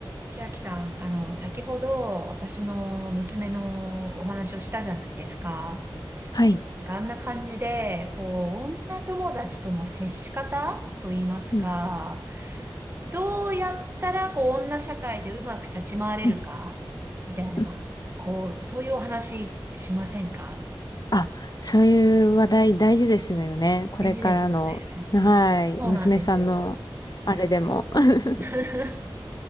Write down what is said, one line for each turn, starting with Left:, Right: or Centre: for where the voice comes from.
Right: 千秋さん、あの、先ほど私の娘のお話をしたじゃないですか。
Left: はい。
Right: なんかあんな感じで、こう、女友達との接し方と言いますか、
Left: うん。
Right: どうやったら、こう、女社会でうまく立ち回れるか、
Left: うん
Right: みたいな、
Left: <laughs>。
Right: こう、そういうお話しませんか
Left: あ、そういう話題大事ですのよね。これからの、
Right: 大事ですよね。
Left: はい、
Right: そうなんですよ。
Left: 娘さんの、あれでも。
Right: はい。
Left: <laughs>
Right: <laughs>